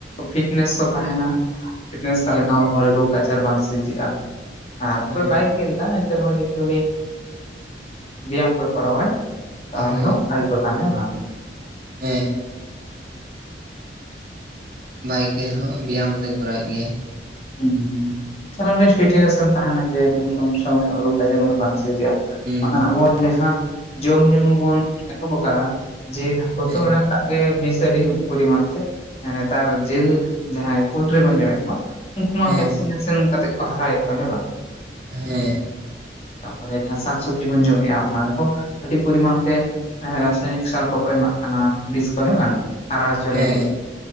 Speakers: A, on the left (about 35°); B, on the right (about 55°).
A: ᱯᱷᱤᱴᱱᱮᱥ ᱦᱚᱸ ᱛᱟᱦᱮᱱᱟ ᱯᱷᱤᱴᱱᱮᱥ ᱛᱟᱦᱮ
B: ᱦᱩᱸ
A: ᱞᱮᱠᱷᱟᱱ ᱦᱚᱲᱢᱚ ᱨᱮ ᱨᱳᱜᱽ ᱟᱡᱟᱨ ᱵᱟᱝ ᱥᱤᱨᱡᱟᱹᱜᱼᱟ, ᱟᱨ ᱚᱠᱚᱭ
B: ᱦᱮᱸ
A: ᱵᱟᱭ ᱠᱷᱮᱞ ᱫᱟ ᱮᱱᱛᱮ ᱨᱮᱦᱚᱸ ᱡᱚᱫᱤ ᱩᱱᱤ ᱵᱮᱭᱟᱢ ᱠᱚᱭ ᱠᱚᱨᱟᱣᱟᱭ ᱛᱟᱦᱚᱞᱮ
B: ᱦᱩᱸ
A: ᱦᱚᱸ ᱵᱷᱟᱜᱮ ᱠᱚ ᱛᱟᱦᱮᱱᱟ ᱦᱮᱸ ᱵᱟᱝ
B: ᱦᱮᱸ ᱵᱟᱭ ᱠᱷᱮᱞ ᱦᱚᱸ ᱵᱮᱭᱟᱢ ᱠᱚᱫᱚᱭ ᱠᱚᱨᱟᱣᱮᱫ ᱜᱮᱭᱟ
A: ᱦᱩᱸ ᱛᱟᱦᱞᱮ ᱚᱸᱰᱮ ᱯᱷᱤᱴᱱᱮᱥ ᱮᱢ ᱛᱟᱦᱮᱱᱟ ᱡᱮ ᱥᱚᱢᱚᱥᱥᱟ ᱵᱟᱝ ᱦᱳᱭᱳᱜᱼᱟ ᱨᱳᱜᱽ ᱟᱡᱟᱨ ᱩᱱᱟᱹᱜ ᱵᱟᱝ ᱥᱤᱨᱡᱟᱹᱜᱼᱟ
B: ᱦᱩᱸ
A: ᱵᱟᱠᱷᱟᱱ ᱟᱵᱚᱣᱟᱜ ᱡᱟᱦᱟᱸ ᱡᱚᱢ ᱧᱩ ᱵᱚᱱ ᱮᱛᱚᱦᱚᱵ ᱠᱟᱫᱟ ᱡᱮᱞ ᱦᱟᱠᱳ
B: ᱦᱮᱸ
A: ᱛᱚ ᱢᱮᱱᱟᱜ ᱟᱜ ᱜᱮ ᱵᱤᱥ ᱟᱹᱰᱤ ᱯᱚᱨᱤᱢᱟᱱ ᱛᱮ ᱱᱮᱛᱟᱨ ᱡᱤᱞ ᱡᱟᱦᱟᱸᱭ ᱯᱳᱞᱴᱨᱤ ᱵᱚᱱ ᱡᱚᱢᱮᱫ ᱠᱚᱣᱟ ᱩᱱᱠᱩ ᱢᱟ
B: ᱦᱮᱸ
A: ᱵᱷᱮᱠᱥᱤᱱᱮᱥᱮᱱ ᱠᱟᱛᱮᱜ ᱠᱚ ᱦᱟᱨᱟᱭᱮᱫ ᱠᱚᱣᱟ ᱦᱮᱸ ᱵᱟᱝ
B: ᱦᱮᱸ
A: ᱛᱟᱨᱯᱚᱨᱮ ᱡᱟᱦᱟᱸ ᱥᱟᱠ ᱥᱚᱵᱽᱡᱤ ᱵᱚᱱ ᱡᱚᱢᱮᱜᱼᱟ ᱚᱱᱟ ᱨᱮᱦᱚᱸ ᱟᱹᱰᱤ ᱯᱚᱨᱤᱢᱟᱱ ᱛᱮ ᱦᱮᱸ ᱨᱟᱥᱟᱭᱚᱱᱤᱠ ᱥᱟᱨ ᱠᱚᱠᱚ ᱮᱢᱟᱜ ᱠᱟᱱᱟ ᱵᱤᱥ ᱠᱚ ᱦᱮᱸ ᱵᱟᱝ ᱦᱟᱨᱟ ᱦᱚᱪᱚ
B: ᱦᱮᱸ
A: ᱞᱟᱹᱜᱤᱫ